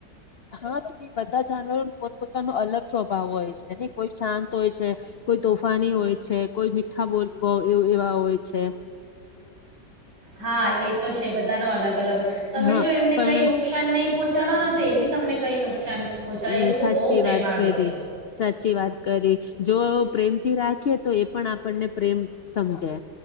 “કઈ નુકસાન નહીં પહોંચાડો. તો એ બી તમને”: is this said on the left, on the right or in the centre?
Right